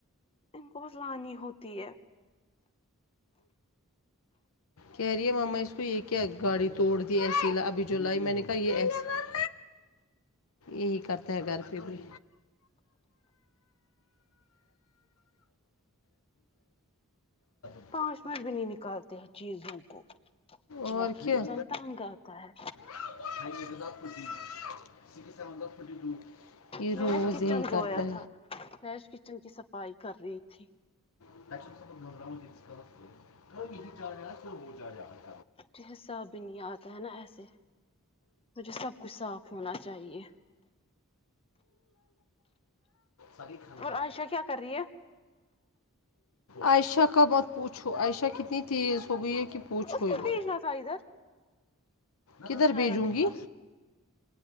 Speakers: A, on the left (about 25°); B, on the left (about 65°).
A: ان کو بس لانی ہوتی ہے
B: کہہ رہیے مما اس کو یہ کیا گاڑی توڑ دی ایسی ابھی جو لائی میں نے کہا یہ ایسے یہی کرتا ہے گھر پہ بھی <inaudible>
A: پانچ منٹ بھی نہیں نکالتے ہیں چیزوں کو
B: اور
A: باقی
B: کیا
A: انسان تنگ آتا ہے
B: <unintelligible>
A: میں
B: روز
A: نے آج کچن
B: یہی کرتا
A: دھویا تھا میں آج کچن کی صفائی کر رہی تھی
B: <unintelligible>
A: مجھے حساب بھی نہیں آتا ہے نا ایسے مجھے سب کچھ صاف ہونا چاہیے
B: ہے
A: عائشہ کیا کر رہی ہے
B: عائشہ کا مت پوچھو عائشہ کتنی تیز ہو گئی ہے کہ پوچھو
A: اس
B: ہی
A: کو بھیجنا
B: مت
A: تھا ادھر
B: کدھر
A: زنیرا
B: بیھجوں
A: کے
B: گی
A: پاس